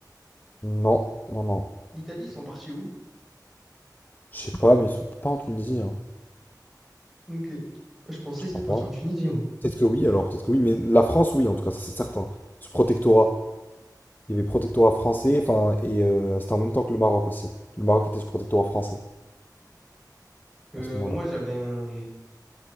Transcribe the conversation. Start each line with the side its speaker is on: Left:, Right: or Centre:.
Left: Non, non, non.
Centre: L'Italie, ils sont partis où?
Left: Je sais pas, mais ils sont pas en Tunisie, hein.
Centre: Ok. Moi, je pensais
Left: Je
Centre: qu'ils étaient
Left: crois
Centre: partis
Left: pas.
Centre: en Tunisie, moi.
Left: Peut-être que oui, alors peut-être que oui, mais la France, oui, en tout cas, ça c'est certain. Ce protectorat. Il y avait protectorat français, enfin, et euh, c'était en même temps que le Maroc aussi. Le Maroc était sous protectorat français
Centre: Euh,
Left: à ce moment-là.
Centre: moi, j'avais un,